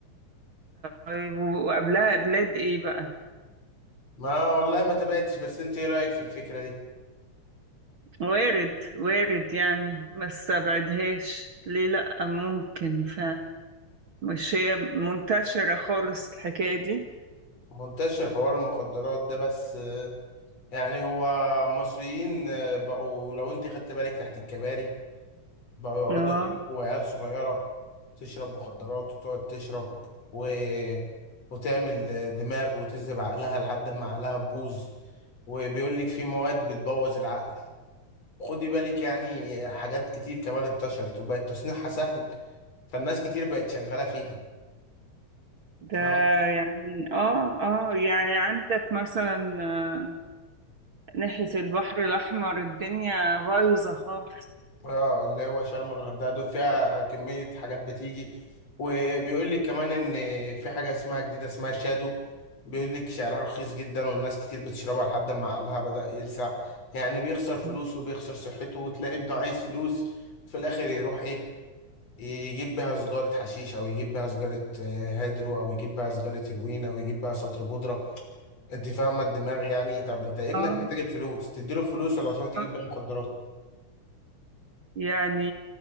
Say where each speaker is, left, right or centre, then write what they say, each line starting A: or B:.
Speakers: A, on the right (about 45°); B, on the left (about 55°).
A: طيب وقبلها بلاد ايه بقى
B: ما والله ما تابعتش بس أنت إيه رأيك في الفكرة دي
A: وارد وارد يعني ما استبعدهاش ليه لأ ممكن فعلا مش هي منتشرة خالص الحكاية دي
B: منتشر حوار المخدرات ده بس آه، يعني هو مصريين آه، بقوا لو أنت خدت بالك تحت الكباري بقوا يقعدوا
A: اه
B: يشربوا عيال صغيرة تشرب مخدرات وتقعد تشرب و... وتعمل آه، دماغ وتذهب عقلها لحد ما عقلها تبوظ وبيقول لك في مواد بتبوظ العقل خدي بالك يعني حاجات كتير كمان انتشرت وبقت تصنيعها سهل فالناس كتير بقت شغالة فيها
A: ده
B: فاهم
A: يعني اه اه يعني عندك مثلا آه، ناحية البحر الأحمر الدنيا بايظة خالص
B: اه اللي هو شرم والغردقة دول فيها كمية حاجات بتيجي وبيقول لك كمان ان في حاجة اسمها جديدة اسمها شادو بيقول لك سعرها رخيص جدا والناس كتير بتشربها لحد ما عقلها بدأ يلسع يعني بيخسر فلوس
A: مم.
B: وبيخسر صحته وتلاقي ابنه عايز فلوس في الآخر يروح ايه يجيب بيها سجارة حشيش أو يجيب بيها سجارة آه، هيدرو أو يجيب بيها سجارة هيروين أو يجيب بيها سطر بودرة انت فاهمه الدماغ يعني طب انت ابنك
A: اه
B: محتاج الفلوس تديله الفلوس ولا تروح تجيب
A: آه.
B: بيها مخدرات
A: يعني